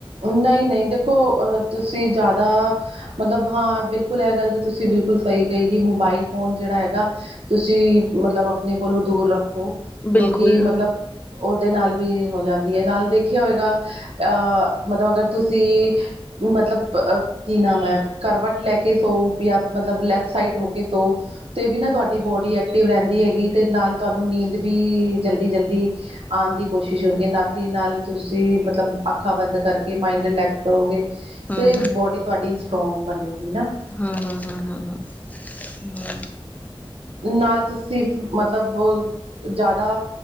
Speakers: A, on the right; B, on the left.
A: ਨਈ-ਨਈ ਦੇਖੋ, ਅ ਤੁਸੀਂ ਜ਼ਿਆਦਾ, ਮਤਲਬ ਹਾਂ ਬਿਲ ਭੁਲਿਆ ਗੱਲ ਤੇ, ਤੁਸੀਂ ਬਿਲਕੁਲ ਕਹੀ ਗਈ ਕਿ ਮੋਬਾਈਲ ਫੋਨ ਜਿਹੜਾ ਹੈਗਾ, ਤੁਸੀਂ ਮਤਲਬ, ਆਪਣੇ ਕੋਲੋਂ ਦੂਰ ਰੱਖੋ। ਕਿਉਂਕਿ
B: ਬਿਲਕੁਲ
A: ਮਤਲਬ, ਉਹਦੇ ਨਾਲ ਵੀ ਹੋ ਜਾਂਦੀ ਹੈ, ਨਾਲ ਦੇਖੀ ਹੋਏਗਾ, ਅ ਮਤਲਬ ਅਗਰ ਤੁਸੀਂ, ਮਤਲਬ ਅ ਕੀ ਨਾਮ ਹੈ, ਕਰਵਟ ਲੈ ਕੇ ਸੋ ਜਾਂ ਮਤਲਬ, ਲੈਫਟ ਸਾਈਡ ਹੋ ਕੇ ਸੋ। ਤੇ ਵੀ ਨਾ, ਤੁਹਾਡੀ ਬੋਡੀ ਐਕਟਿਵ ਰਹਿੰਦੀ ਹੈਗੀ, ਤੇ ਨਾਲ ਤੁਹਾਨੂੰ ਨੀਂਦ ਵੀ ਜਲਦੀ-ਜਲਦੀ ਆਣ ਦੀ ਕੋਸ਼ਿਸ਼ ਹੁੰਦੀ ਹੈ, ਨਾਤੀ ਨਾਲ ਤੁਸੀਂ ਮਤਲਬ, ਅੱਖਾਂ ਬੰਦ ਕਰਕੇ ਮਾਇੰਡ ਰਿਲੈਕਸ ਕਰੋਗੇ,
B: ਹਮ
A: ਤੇ ਬੋਡੀ ਤੁਹਾਡੀ ਸਟਰੋਂਗ ਬਨੇਗੀ ਨਾ?
B: ਹਾਂ ਹਾਂ ਹਾਂ ਹਾਂ ਹਾਂ ਮ।
A: ਨਾਲ ਤੁਸ ਤੇ ਮਤਲਬ, ਜ਼ਿਆਦਾ